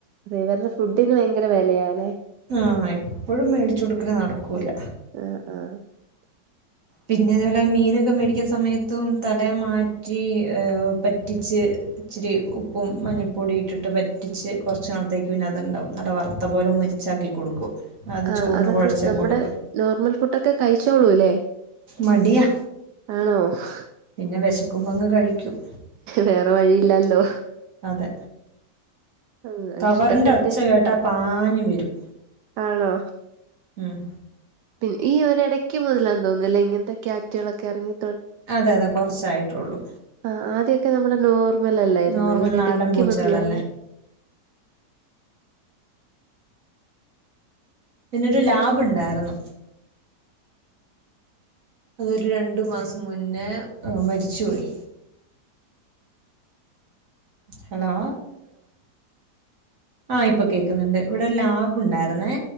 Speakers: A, on the right; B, on the right.
A: ട്രൈവർന് ഫുഡിന് വയങ്കര വെലയാലേ
B: ആഹ് എപ്പഴും മേടിച്ചൊട്ക്കല് നടക്കൂല
A: ആഹ് <inaudible>
B: പിന്നെ തേപോലെ മീനൊക്കെ മേടിക്യുന്ന സമയത്തും തല മാറ്റി പറ്റിച്ച് ഇച്ചിരി ഉപ്പും മഞ്ഞപ്പൊടി ഇട്ടിട്ട് പറ്റിച്ച് കൊർച്ച് നാളത്തേ പിന്നെ അതുണ്ടാവും നല്ല വറ്ത്ത പോലെ മൊരിച്ചാക്കി കൊടുക്കും അത്
A: ആഹ്
B: ചോറിന്
A: അതൊക്കെ
B: കുഴച്ച്
A: നമ്മ്ടെ
B: കൊടുക്കും
A: നോർമൽ ഫുഡൊക്കെ കഴിച്ചോളൂല്ലേ
B: മടിയാ
A: ആണോ ഹ്
B: പിന്നെ വെശക്കുമ്പങ്ങ് കഴിക്യും
A: വേറെ വഴിയില്ലാല്ലോ
B: അതെ
A: ആഹ്
B: കബറിൻ്റെഒച്ചകേട്ടാപാഞ്ഞ്
A: ഇഷ്ടം മറ്റേ
B: വരും
A: ആണോ
B: ഉം
A: പിന്നെ ഈ ഒരടയ്ക്ക് മുതലാന്ന് തോന്ന്ന്നല്ലേഇങ്ങൻത്തേ ക്യാൻ്റെളൊക്കെ ഇറിങ്ങി
B: അതെ അതെ കൊറഷായിട്ടൊള്ളൂ
A: ആഹ് ആദ്യൊക്കെ നമ്മള നോർമൽ അല്ലായിരുന്നു
B: നോർമൽ
A: ഈ
B: നാടൻ
A: ഇടക്ക്
B: പൂച്ചകളല്ലേ
A: മുതലാണ്
B: എന്നിട്ട്ലാബ്ണ്ടാരന്നു അതൊര് രണ്ട് മാസം മുന്നേ അ് മരിച്ചുപോയി
A: അം
B: ഹലോ ആഹ് ഇപ്പ കേക്ക്ന്ന്ണ്ട് ഇവിടെ ലാബുണ്ടാര്ന്നേ